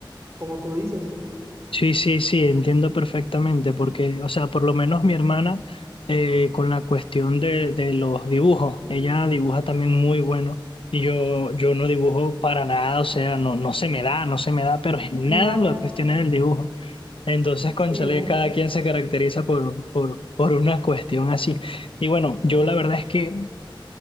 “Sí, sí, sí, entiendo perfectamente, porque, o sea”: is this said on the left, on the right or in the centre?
Left